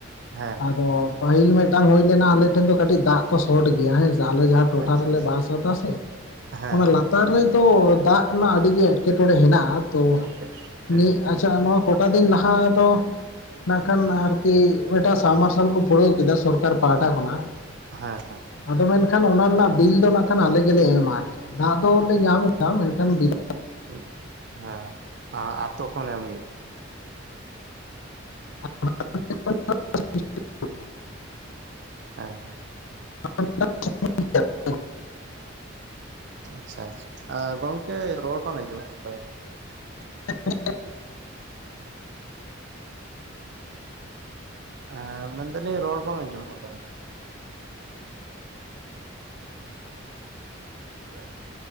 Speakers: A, on the right; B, on the left.
A: ᱦᱮᱸ᱾
B: ᱟᱫᱚ ᱯᱟᱦᱤᱞ ᱢᱮᱫᱴᱟᱝ ᱦᱩᱭ ᱞᱮᱱᱟ ᱟᱞᱮ ᱴᱷᱮᱱ ᱫᱚ ᱠᱟᱹᱴᱤᱡ ᱫᱟᱜ ᱠᱚ ᱥᱚᱴ ᱜᱮᱭᱟ ᱦᱮᱸᱥᱼᱼ ᱟᱞᱮ ᱡᱟᱦᱟᱸ ᱴᱚᱴᱷᱟ
A: ᱟᱪᱪᱷᱟ
B: ᱨᱮᱞᱮ
A: ᱟᱪᱪᱷᱟ
B: ᱵᱟᱥᱮ ᱛᱟᱥᱮ
A: ᱦᱮᱸ
B: ᱚᱱᱟ ᱞᱟᱛᱼᱼ ᱛᱟᱨ ᱨᱮᱫᱚ ᱫᱟᱜ ᱨᱮᱱᱟᱜ ᱟᱰᱤ ᱜᱮ ᱮᱴᱠᱮᱴᱚᱬᱮ ᱦᱮᱱᱟᱜ-ᱟ ᱛᱚ
A: ᱦᱮᱸ ᱦᱮᱸ
B: ᱱᱤ ᱟᱪᱪᱷᱟ ᱱᱚᱶᱟᱠᱼᱼ ᱠᱚᱴᱟ ᱫᱤᱱ ᱞᱟᱦᱟ ᱫᱚ ᱱᱟᱜ ᱠᱷᱟᱱ ᱟᱨᱠᱤ ᱢᱮᱜᱴᱟᱜ ᱥᱟᱵᱽᱢᱟᱨᱥᱟᱞ ᱠᱚ ᱯᱩᱲᱟᱹᱣ ᱠᱮᱫᱟ ᱥᱚᱨᱼᱼ ᱠᱟᱨ ᱯᱟᱦᱴᱟ ᱠᱷᱚᱱᱟᱜ᱾
A: ᱦᱮᱸ ᱦᱮᱸ᱾
B: ᱟᱫᱚ ᱢᱮᱱ ᱠᱷᱟᱱ ᱚᱱᱟ ᱨᱮᱱᱟᱜ ᱵᱤᱞ ᱫᱚ ᱱᱟᱜ ᱠᱷᱟᱱ ᱟᱞᱮ ᱜᱮᱞᱮ ᱮᱢᱟ ᱟᱨᱠᱤ, ᱫᱟᱜ ᱫᱚᱞᱮ ᱧᱟᱢ ᱮᱫᱟ ᱢᱮᱱᱠᱷᱟᱱ ᱵᱤᱞᱼᱼ
A: ᱩᱸᱜ ᱦᱮᱸ ᱟᱛᱳ ᱠᱷᱚᱱ ᱮᱢ ᱦᱩᱭᱩᱜ ᱠᱟᱱᱟ᱾
B: <inaudible>
A: ᱦᱮᱸ᱾
B: <inaudible> ᱜᱤᱭᱟ ᱠᱩ᱾
A: ᱟᱪᱪᱷᱟ ᱪᱷᱟ ᱟ ᱜᱚᱝᱠᱮ ᱨᱚᱲ ᱵᱟᱝ ᱟᱸᱡᱚᱢᱚᱜ ᱠᱟᱱ ᱛᱟᱵᱮᱱᱟ᱾
B: <inaudible>
A: ᱮᱸ ᱢᱮᱱ ᱫᱟᱞᱤᱧ ᱨᱟᱲ ᱵᱟᱝ ᱟᱧᱡᱚᱢᱚᱜ ᱠᱟᱱ ᱛᱟᱵᱮᱱᱟ ᱾ <inaudible>